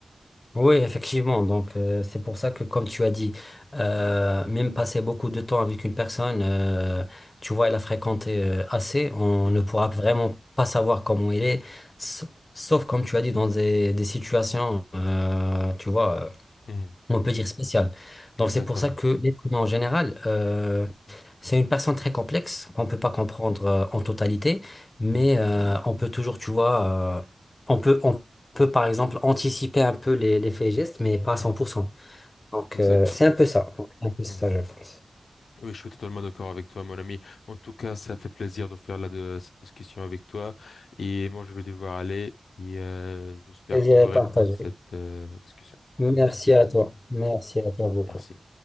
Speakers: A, on the left; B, on the left.
A: Oui, effectivement. Donc, euh, c'est pour ça que, comme tu as dit, euh, même passer beaucoup de temps avec une personne, euh, tu vois, elle a fréquenté euh, assez, on
B: Mhm,
A: ne pourra vraiment pas savoir comment il est, sa- sauf, comme tu as dit, dans des, des situations, euh, tu vois, euh,
B: mhm,
A: on peut dire spéciales. Donc,
B: Exactement.
A: c'est pour ça que l'être humain en général, euh, C'est une personne très complexe qu'on ne peut pas comprendre euh, en totalité, mais
B: Mhm,
A: euh, on peut toujours, tu vois, euh, on peut, on peut par exemple anticiper un peu les, les faits et gestes, mais pas
B: mhm,
A: à 100%. Donc
B: Exactement.
A: euh, c'est un peu ça. Donc, c'est un peu ça,
B: Mhm.
A: je pense.
B: Oui, je suis totalement d'accord avec toi, mon ami. En tout cas, ça fait plaisir de faire là de, cette discussion avec toi. Et moi, je vais devoir aller. Et euh, j'espère
A: Plaisir
B: qu'on va
A: est
B: reprendre
A: partagé.
B: cette euh, discussion.
A: Merci à toi. Merci à toi beaucoup.
B: Merci.